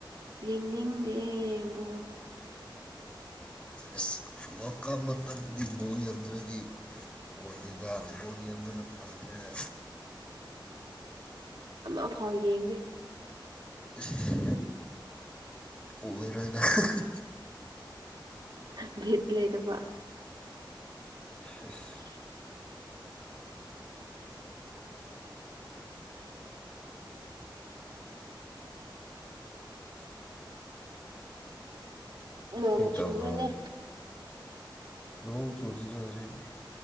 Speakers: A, on the right; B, on the left.
A: ꯌꯦꯡꯅꯤꯡꯗꯦ ꯕꯣꯜ
B: ꯑꯁ ꯋꯥꯜ ꯀꯞ ꯃꯇꯝꯗꯤ ꯕꯣꯜ ꯌꯦꯡꯗ꯭ꯔꯗꯤ ꯑꯣꯏꯗꯦꯗ ꯕꯣꯜ ꯌꯦꯡꯕꯅ ꯐꯕꯅꯦ
A: ꯑꯃ ꯐꯥꯎ ꯌꯦꯡꯗꯦ
B: ꯑꯁ ꯑꯣꯏꯔꯣꯏ ꯅꯪ ꯍꯍ
A: ꯍꯥ ꯕꯤꯠ ꯂꯩꯇꯕ
B: ꯁꯤꯁ
A: <inaudible> ꯅꯣꯡ
B: ꯀꯔꯤ
A: ꯆꯨꯕ꯭ꯔꯅꯦ
B: ꯇꯧꯕ꯭ꯔꯣ ꯅꯣꯡ ꯆꯨꯨꯗꯦꯗ ꯍꯧꯖꯤꯛ